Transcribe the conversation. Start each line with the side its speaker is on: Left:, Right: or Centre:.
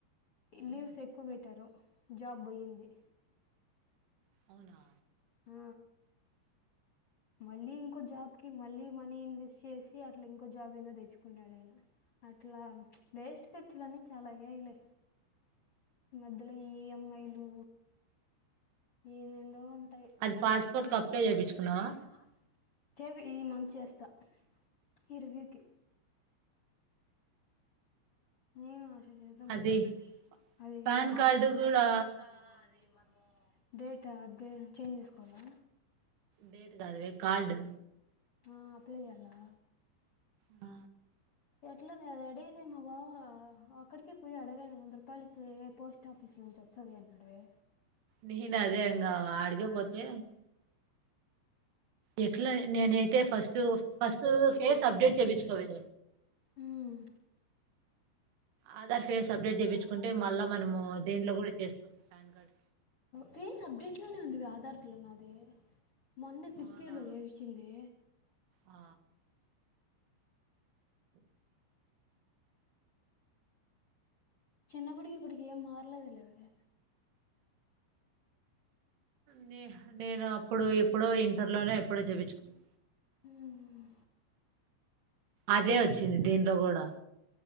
Left: లీవ్స్ ఎక్కువ బెట్టారు జాబ్ పోయింది
Right: అవునా
Left: ఆ, మళ్ళీ ఇంకో జాబ్ కి మళ్ళీ మనీ ఇన్వెస్ట్ చేసి అట్లా ఇంకో జాబ్ ఏనా తెచ్చుకున్నాడు ఆయన అట్లా వేస్ట్ ఖర్చులన్నీ చాలా అయ్యాయ్ లే మధ్యలో ఇ ఎం ఐ లు ఏందో
Right: అది
Left: ట్రాస్పర్ట్
Right: పాస్పోర్ట్ కి అప్లై చేపించుకున్నావా
Left: కపడ చెవి ఈ మంత్ చేస్తా ఈ రివ్యూకి నను ద
Right: అది
Left: అది
Right: పాన్
Left: మార్కులిస్ట
Right: కార్డు కూడా
Left: అది మనము డేట్ అప్డేట్ చేంజ్ జేసుకోవాలా
Right: డేట్ కాద కార్డు
Left: ఆ అప్లే జేలా
Right: బ
Left: ఎట్లానే అది అడిగీతే మా బావ అక్కడికే పోయి అడగాను వంద రూపాయలు ఇచ్చ పోస్ట్ ఆఫీస్ వస్తుది ఎన్నాడవే
Right: నేను
Left: నను
Right: ఇంగ
Left: అదే ఇంకా
Right: ఆడికే
Left: ఆడికపోతే
Right: పోతే ఎట్లా నేనైతే ఫస్ట్ ఫస్ట్ ఫేస్ అప్డేట్ చేపించుకోవి
Left: ఉమ్
Right: ఆధార్ ఫేస్ అపడేట్ జేపిచుకుంటే మళ్ళా మనము దీంట్లో కూడా చేసుకోవచ్చు పా్యాన్ కార్డ్
Left: ఫేస్ అప్డేట్ లోనే ఉంది ఇవి ఆధార్లో నాది మొన్న ఫిఫ్త్
Right: అవునా
Left: ఇయర్లో చేపిచింది
Right: ఆ
Left: చిన్నబ్బుటి ఇప్పుటికే ఏం మారలేదులేవే
Right: నే నేను అప్పుడు ఎప్పుడో ఇంటర్లోనే ఎప్పుడో చపించుకున్నా
Left: ఉమ్
Right: అదే వచ్చింది దీన్లో గూడా